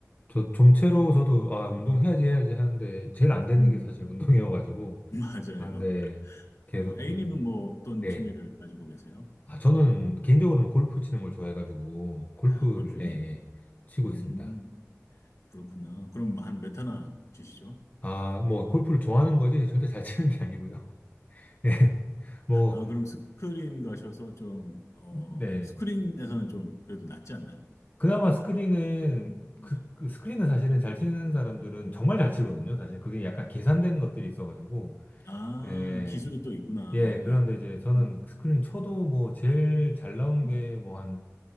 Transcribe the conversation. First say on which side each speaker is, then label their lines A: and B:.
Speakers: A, on the left; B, on the left.
A: 저 좀채로 저도, 아, 운동해야지 해야지 하는데, 제일 안 되는
B: 음.
A: 게 사실 운동이어가지고,
B: <laughs> 맞아요.
A: 아, 근데 계속
B: 어, A님은
A: 지금,
B: 뭐 어떤
A: 네.
B: 취미를 가지고 계세요?
A: 아, 저는 개인적으로는 골프 치는 걸 좋아해가지고, 골프를,
B: 아, 골프요.
A: 예, 예, 치고
B: 음,
A: 있습니다.
B: 그렇구나. 그럼 한 몇 타나 치시죠?
A: 아, 뭐, 골프를 좋아하는 거지, 절대 잘 치는 게 아니고요. <laughs> 예, 뭐,
B: 아, 그럼 스크린 가셔서 좀, 어,
A: 네.
B: 스크린에서는 좀 그래도 낫지 않나요?
A: 그나마 스크린은,
B: 음.
A: 그, 그 스크린은 사실은 잘 치는 사람들은 정말 잘 치거든요. 사실 그게 약간 계산된 것들이 있어가지고,
B: 아,
A: 예,
B: 기술이 또 있구나.
A: 예, 그런데
B: 예.
A: 이제 저는
B: 음,
A: 스크린 쳐도 뭐, 제일 잘 나온
B: 음.
A: 게 뭐, 한,